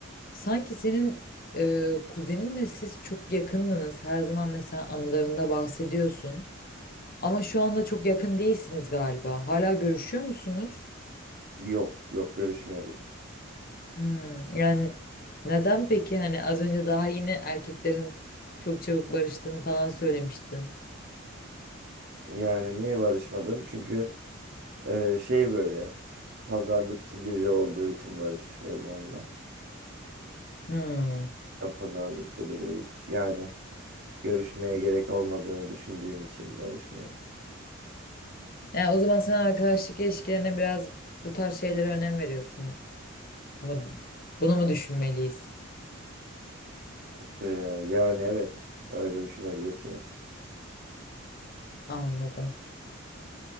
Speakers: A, on the left (about 45°); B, on the right (about 50°).
A: sanki senin eee kuzeninle siz çok yakındınız her zaman mesela anılarında bahsediyorsun ama şu anda çok yakın değilsiniz galiba hala görüşüyor musunuz?
B: Yok yok görüşmüyoruz.
A: Hmm, yani neden peki hani az önce daha yeni erkeklerin çok çabuk barıştığını falan söylemiştin.
B: Yani niye barışmadım? Çünkü e, şey böyle pazarlıkçı biri olduğu için barışmıyorum onunla.
A: Hmm.
B: Ben pazarlıklı biri hiç yani görüşmeye gerek olmadığını düşündüğüm için barışmıyorum.
A: Yani o zaman sen arkadaşlık ilişkilerine biraz bu tarz şeylere önem veriyorsun. Bu- Bunu mu düşünmeliyiz?
B: E, yani evet öyle düşünebilirsiniz.
A: Anladım.